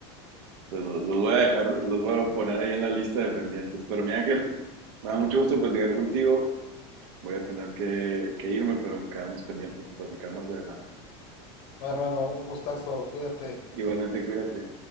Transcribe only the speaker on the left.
Bueno, hermano, un gustazo, cuídate.